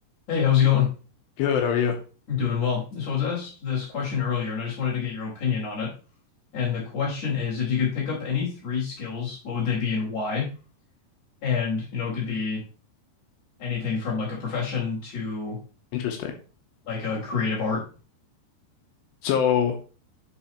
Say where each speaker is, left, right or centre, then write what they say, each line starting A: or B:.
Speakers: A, on the left; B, on the left.
A: Hey, how's it going?
B: Good, how are you?
A: I'm doing well. So I was asked this question earlier, and I just wanted to get your opinion on it. And the question is, if you could pick up any three skills, what would they be and why? And, you know, it could be anything from like a profession to
B: Interesting.
A: like a creative art.
B: So,